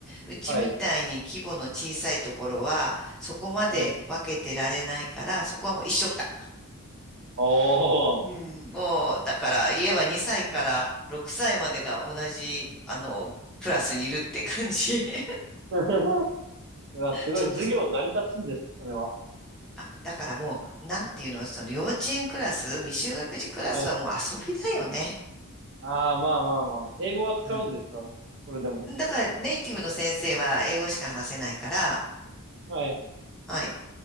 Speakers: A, in the centre; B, on the right.
A: うちみたいに規模の小さいところは、
B: はい、
A: そこまで分けてられないから、
B: はい。
A: そこはもう一緒くた。
B: おお。
A: うん、もう、だから家は2歳から6歳までが同じ、あの、クラスにいるって感じ。<laughs>
B: <laughs> いや、<laughs> すごい、
A: ちょっと、
B: 授業成り立つんですね、それは。
A: あ、だからもう、なんていうの、その幼稚園クラス、未就学児クラスはもう遊びだよね。
B: はい。ああ、まあまあまあ。英語は使うんですかそれでも。
A: うん。だからネイティブの先生は英語しか話せないから、
B: はい。
A: はい。